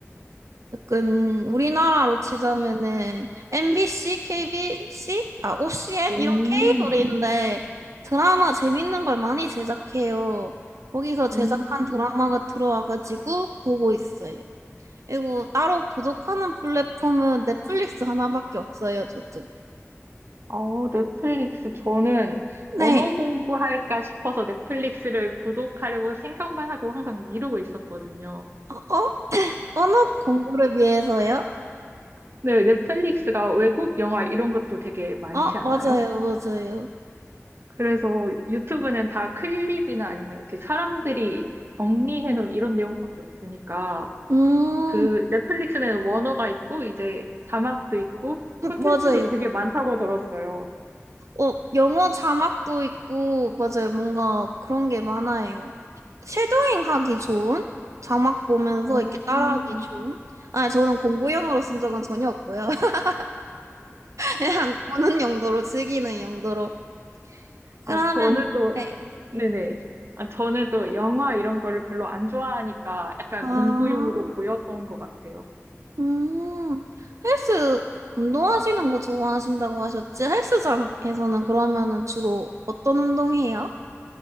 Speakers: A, on the right; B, on the right.
A: 약간 우리나라로 치자면은 MBC, KBC, 아 OCN
B: 오,
A: 이런 케이블인데 드라마 재밌는 걸 많이 제작해요. 거기서 제작한
B: 오.
A: 드라마가 들어와가지고 보고 있어요. 그리고 따로 구독하는 플랫폼은 넷플릭스 하나밖에 없어요, 저도.
B: 어, 넷플릭스. 저는
A: 네,
B: 언어 공부할까 싶어서 넷플릭스를 구독하려고 생각만 하고 항상 미루고 있었거든요.
A: 어? 언어 공부를 위해서요?
B: 네, 넷플릭스가 외국 영화 이런 것도 되게 많지
A: 아,
B: 않아요?
A: 맞아요, 맞아요.
B: 그래서 유튜브는 다 클립이나 아니면 이렇게 사람들이 정리해 놓은 이런 내용밖에 없으니까
A: 음,
B: 그 넷플릭스는 원어가 있고 이제 자막도 있고
A: 음,
B: 콘텐츠도
A: 맞아요.
B: 되게 많다고 들었어요.
A: 어, 영어 자막도 있고, 맞아요. 뭔가 그런 게 많아요. 쉐도잉 하기 좋은? 자막 보면서
B: 어,
A: 이렇게 따라하기 좋은? 아, 저는 공부용으로 쓴 적은 전혀 없고요. <laughs> 그냥 보는 용도로, 즐기는 용도로. 그러면,
B: 아, 저는 또
A: 네.
B: 네네. 아, 저는 또 영화 이런 거를 별로 안 좋아하니까 약간
A: 아,
B: 공부용으로 보였던 것 같아요.
A: 음, 헬스, 운동하시는 거 좋아하신다고 하셨지? 헬스장에서는 그러면은 주로 어떤 운동해요?